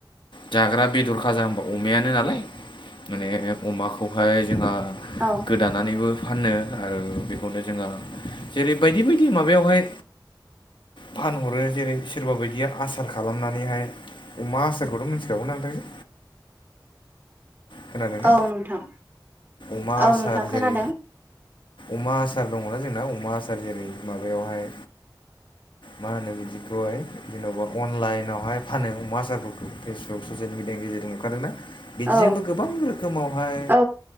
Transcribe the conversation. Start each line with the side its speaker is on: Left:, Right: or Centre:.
Left: जाग्रा बेदर खाजा होनबा अमायानो नालाय माने अमाखौहाय जोंहा
Right: औ
Left: गोदानानैबो फानो आरो बेखौनो जोंहा जेरै बायदि बायदि माबायावहाय फानहरो जेरै सोरबा बायदिया आसार खालामनानैहाय अमा आसारखौथ' मिथिखागौना ओमफायो खोनादों ना
Right: औ नोंथां
Left: अमा
Right: औ
Left: आसार
Right: नोंथां खोनादों
Left: जेरै अमा आसार दङना जोंना अमा आसार जेरै माबायावहाय मा होनो बिदिखौहाय जेन'बा अनलाइनावहाय फानो अमा आसारफोरखौ फेसबुक ससियेल मिडिया गेजेरजों नुखादोंना बिदिजोंबो
Right: औ
Left: गोबां रोखोमावहाय
Right: औ